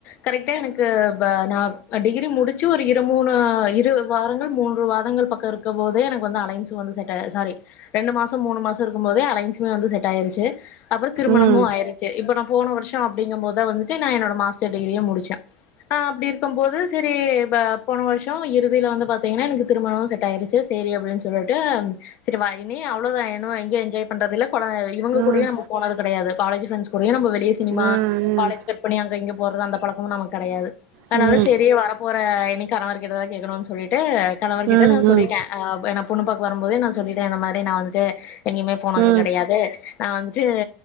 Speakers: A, on the left (about 50°); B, on the right (about 55°).
A: கரெக்டா எனக்கு இப்போ நான் டிகிரி முடிச்சு ஒரு இரு மூணு இரு வாரங்கள் மூன்று வாரங்கள் பக்கம் இருக்கும்போதே எனக்கு வந்து அலையன்ஸும் வந்து செட் ஸரி ரெண்டு மாதம் மூணு மாதம் இருக்கும்போதே அலையன்ஸுமே வந்து செட் ஆயிருச்சு அப்புறம் திருமாணமும்
B: ம்
A: ஆயிடுச்சு இப்ப நம் போன வருஷம் அப்படிங்கும் போதுதான் வந்துட்டு நான் என்னோட மாஸ்டர் டிகிரியே முடிச்சேன் ஆஹ் அப்படி இருக்கும் போது சரி போன வருஷம் இறுதியில வந்து பாத்தீங்கன்னா எனக்கு திருமணமும் செட் ஆயிருச்சு சரி அப்படின்னு சொல்லிட்டு சரி வாயினி அவ்வளவு தான் வேணும் எங்க என்ஜாய் பண்றதுல இப்பா இவங்க
B: ம்
A: கூடையும் நம்ம போனது கிடையாது காலேஜ் ஃப்ரெண்ஸ் கூட அப்டி நம்ப வெளிய சினிமா
B: ம் ம்
A: காலேஜ் கட் பண்ணி அங்க இங்கே போறது அந்த பழக்கமும் நமக்கு கெடையாது அதனால
B: ம்
A: சேரியே வர போற இன்னைக் கணவர் கிட்ட தா கேக்கணும்னு சொல்லிட்டு கணவன் கிட்ட
B: ம் ம்
A: நா சொல்லிட்டே ஆ ப என பொண்ணுப்பாக்க வரும்போதே நா சொல்லிட்டே. இந்த மாரி நா வந்துட்டு எங்கயுமே போனது
B: ம்
A: கிடையாது
B: ம்
A: நா வந்துட்டு